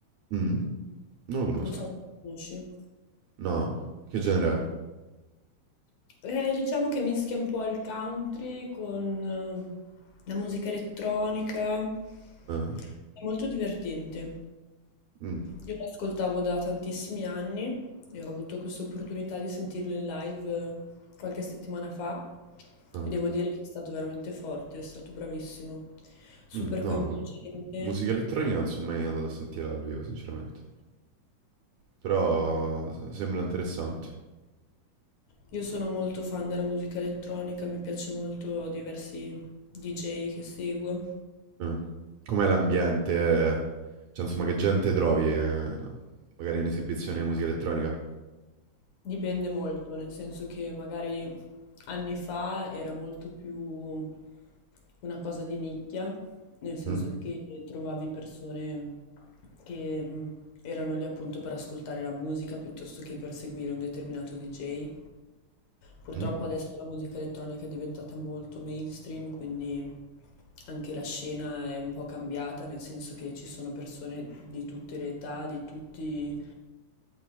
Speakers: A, on the right; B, on the left.
A: Mm? Non lo conosco.
B: non so se la conosci.
A: No? Che genere
B: Eh, diciamo che mischia un po' il country con eh, la musica elettronica. È
A: è? Eh?
B: molto divertente.
A: Mm,
B: Io lo ascoltavo da tantissimi anni e ho avuto questa opportunità di sentirlo in live eh, qualche settimana fa
A: ah,
B: e devo dire che è stato veramente forte, è stato bravissimo, super
A: mm, no,
B: coinvolgente.
A: musica elettronica non sono mai andato a sentire dal vivo, sinceramente. Però s- sembra interessante.
B: Io sono molto fan della musica elettronica, mi piace molto, ho diversi DJ che seguo.
A: Eh. Com'è l'ambiente? Cioè, insomma, che gente trovi, eh, magari in esibizione di musica elettronica?
B: Dipende molto, nel senso che magari anni fa era molto più una cosa di nicchia, nel senso
A: Mm?
B: che trovavi persone che mh, erano lì appunto per ascoltare la musica piuttosto che per seguire un determinato DJ. Purtroppo
A: Mm?
B: adesso la musica elettronica è diventata molto mainstream, quindi anche la scena è un po' cambiata, nel senso che ci sono persone di tutte le età, di tutti